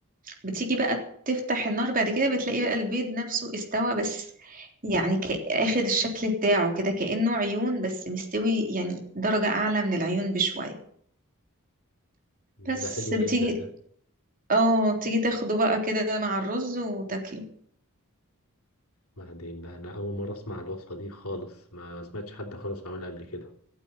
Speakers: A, on the right; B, on the left.
A: بتيجي بقى تفتح النار بعد كده بتلاقي بقى البيض نفسه استوى بس يعني ك- اخد الشكل بتاعه كده كأنه عيون بس مستوي يعني درجة أعلى من العيون بشوية
B: لا،
A: بس
B: ده حلو
A: بتيجي
B: جدا ده
A: اه بتيجي تاخده بقى كده مع الرز وتاكله
B: بعدين بقى انا اول مره اسمع الوصفه دي خالص ما سمعتش حد خالص عملها قبل كده